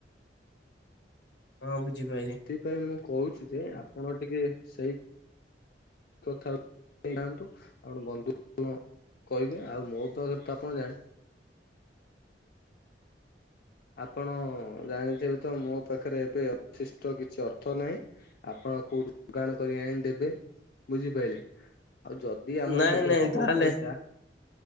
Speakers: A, on the left; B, on the left.
A: ହଁ ବୁଝିପାରିଲି
B: ଥି ପାଇଁ ମୁଁ କହୁଛି ଯେ ଆପଣ ଟିକେ ସେଇ <unintelligible> ଥାନ୍ତୁ ଆପଣ ବନ୍ଧୁ କହିବେ ଆଉ ମୋ ପାଖରେ ତ ଆପଣ ଜାଣ ଆପଣ ଜାଣିଥିବେ ତ ମୋ ପାଖରେ ଏବେ ଅଫିଷ୍ଟ କିଛି ଅର୍ଥ ନାଇଁ। ଆପଣ କୋଉଠୁ ଯୋଗାଡ଼ କରିକି ଆଣି ଦେବେ ବୁଝିପାଇଲେ। ଆଉ ଯଦି ଆମର
A: ନାଇଁ
B: କେବେ
A: ନାଇଁ
B: ହବ
A: ତାହେଲେ
B: ପଇସା